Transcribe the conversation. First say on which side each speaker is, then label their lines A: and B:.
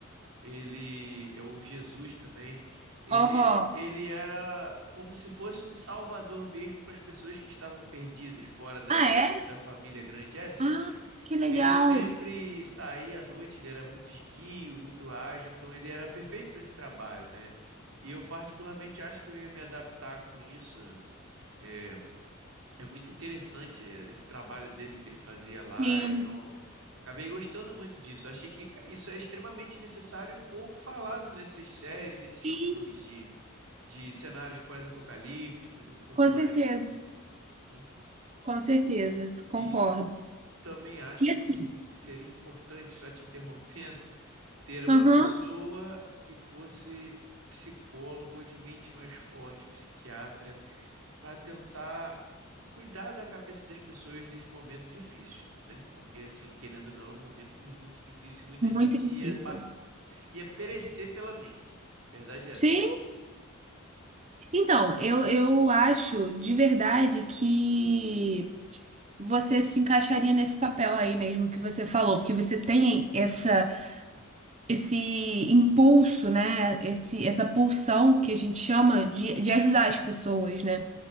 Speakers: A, on the right (about 70°); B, on the right (about 30°).
A: Ele é o Jesus também. Ele
B: Aham.
A: ele era como se fosse um salvador mesmo para as pessoas que estavam perdidas fora da,
B: Ah, é?
A: da família grande. É assim
B: Ah, que legal.
A: ele sempre saía à noite, ele era muito esguio, muito ágil, então ele era perfeito para esse trabalho, né? E eu particularmente acho que eu ia me adaptar com isso. É, é muito interessante eh, esse trabalho dele que ele fazia lá,
B: Sim.
A: então acabei gostando muito disso. Achei que eh, isso é extremamente necessário e pouco falado nessas séries, nesses
B: Sim.
A: filmes de, de cenários pós-apocalípticos e tudo
B: Com
A: mais,
B: certeza,
A: né?
B: com certeza, concordo.
A: E também acho
B: E assim,
A: que seria importante, só te interrompendo, ter uma
B: aham,
A: pessoa que fosse psicólogo de mente mais forte, psiquiatra, para tentar cuidar da cabeça das pessoas nesse momento difícil, né? Porque, assim, querendo ou não, é um momento muito difícil e muita
B: Muito
A: gente
B: difícil.
A: ia, pa- ia perecer pela mente. Verdade é
B: sim,
A: essa?
B: então, eu, eu acho de verdade que você se encaixaria nesse papel aí mesmo que você falou, porque você tem essa, esse impulso, né? Esse, essa pulsão que a gente chama de, de ajudar as pessoas, né?